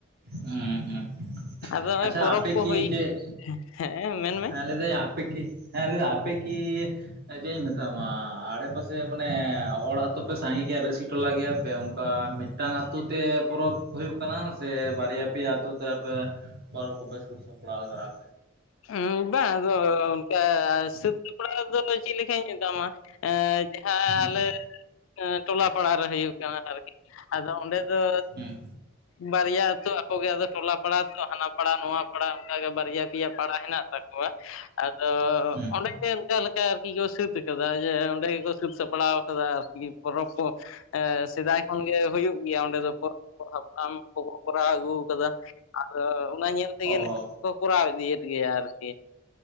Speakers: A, on the right; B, on the left.
A: ᱦᱮᱸ ᱦᱮᱸ᱾
B: ᱟᱫᱚ ᱱᱚᱜᱼᱚᱭ
A: ᱟᱪᱪᱷᱟ
B: ᱯᱚᱨᱚᱵᱽ
A: ᱟᱯᱮᱠᱤ
B: ᱠᱚ ᱦᱩᱭ
A: ᱪᱮᱜ
B: ᱦᱮᱸ ᱢᱮᱱᱢᱮ
A: ᱟᱯᱮᱼᱼ ᱠᱤ ᱦᱮᱸ ᱞᱟᱹᱭᱮᱫᱟ ᱟᱯᱮ ᱠᱤ ᱪᱮᱫ ᱤᱧ ᱢᱮᱛᱟᱢᱟ ᱟᱲᱮ ᱯᱟᱥᱮ ᱢᱟᱱᱮ ᱦᱚᱲᱼᱼ ᱛᱚ ᱯᱮ ᱥᱟᱸᱜᱮ ᱜᱮᱭᱟ ᱨᱟᱹᱥᱤ ᱴᱚᱞᱟ ᱜᱮᱭᱟᱯᱮ ᱚᱱᱠᱟ ᱢᱤᱫᱼᱼ ᱢᱤᱫᱴᱟᱝ ᱟᱛᱳ ᱛᱮ ᱯᱚᱨᱚᱵᱽ ᱦᱩᱭᱩᱜ ᱠᱟᱱᱟ ᱥᱮ ᱵᱟᱨᱭᱟ ᱯᱮᱭᱟ ᱟᱹᱛᱩ ᱛᱮ ᱟᱯᱮ ᱯᱚᱨᱚᱵᱽ ᱠᱚᱯᱮᱼᱼ ᱥᱟᱹᱛ ᱥᱟᱯᱲᱟᱣ ᱮᱫᱟ ᱼᱼ
B: ᱦᱩ ᱵᱟᱝ ᱟᱫᱚ ᱚᱱᱠᱟ ᱥᱟᱹᱛ ᱥᱟᱯᱲᱟᱣ ᱫᱚ ᱪᱮᱫ ᱞᱮᱠᱟᱧ ᱢᱮᱛᱟᱢᱟ᱾ ᱡᱟᱦᱟᱸ
A: ᱦᱩᱸ
B: ᱟᱞᱮ ᱴᱚᱞᱟ ᱯᱟᱲᱟ ᱨᱮ ᱦᱩᱭᱩᱜ ᱠᱟᱱᱟ ᱟᱨᱠᱤ᱾ ᱟᱫᱚ ᱚᱸᱰᱮ ᱫᱚᱼᱼ
A: ᱦᱩᱸ
B: ᱵᱟᱨᱭᱟ ᱟᱹᱛᱩ ᱟᱠᱚ ᱜᱮ ᱟᱫᱚ ᱴᱚᱞᱟ ᱯᱟᱲᱟᱚ ᱦᱟᱱᱟ ᱯᱟᱲᱟ ᱱᱚᱣᱟᱼᱼ ᱚᱱᱠᱟᱜᱮ ᱵᱟᱨᱭᱟ ᱯᱮᱭᱟ ᱯᱟᱲᱟ ᱦᱮᱱᱟᱜ ᱛᱟᱠᱚᱣᱟ ᱟᱫᱚ
A: ᱦᱩᱸ
B: ᱚᱸᱰᱮ ᱜᱮ ᱚᱱᱠᱟ ᱞᱮᱠᱟᱼᱼ ᱟᱨᱠᱤ ᱠᱚ ᱥᱟᱹᱛ ᱠᱟᱫᱟ ᱡᱮ ᱚᱸᱰᱮ ᱜᱮᱠᱚ ᱥᱟᱹᱛ ᱥᱟᱯᱲᱟᱣ ᱟᱠᱟᱫᱟ ᱟᱨᱠᱤ ᱯᱚᱨᱚᱵᱽ ᱠᱚᱼᱼ ᱥᱮᱫᱟᱭ ᱠᱷᱚᱱᱜᱮ ᱦᱩᱭᱩᱜ᱾ ᱜᱮᱭᱟ ᱚᱸᱰᱮ ᱫᱚ ᱦᱟᱯᱲᱟᱢ ᱠᱚᱠᱚ ᱠᱚᱨᱟᱣ ᱟᱹᱜᱩ ᱟᱠᱟᱫᱟ ᱟᱫᱚ ᱚᱱᱟ ᱧᱮᱞ ᱛᱮᱜᱮᱼᱼ
A: ᱚ ᱚ
B: ᱠᱚ ᱠᱚᱨᱟᱣ ᱤᱫᱤᱭᱮᱫ ᱜᱮᱭᱟ ᱟᱨᱠᱤᱼᱼ